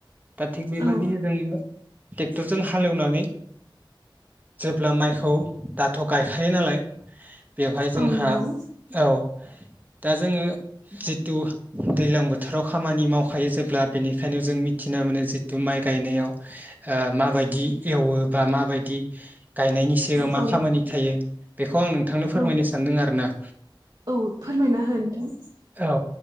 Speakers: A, on the right; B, on the right.
A: दा थिग बेबदिनो
B: औ
A: जोङो ट्रेक्टरजों हालेवनानै जेब्ला माइखौ दाथ' गायखायो नालाय बेवहाय जोंहा
B: औ नंगौ
A: औ दा जोङो जिथु दैज्लां बोथोराव खामानि मावखायो जेब्ला बेनिखायनो जों मिथिना मोनो जिथु माइ गायनायाव ओ माबायदि एवो बा माबायदि गायनायनि सिगां
B: औ
A: मा खामानि थायो। बेखौ आं नोंथांनो फोरमायनो
B: औ
A: सानदों आरो ना।
B: औ फोरमायना हो? नोंथां
A: औ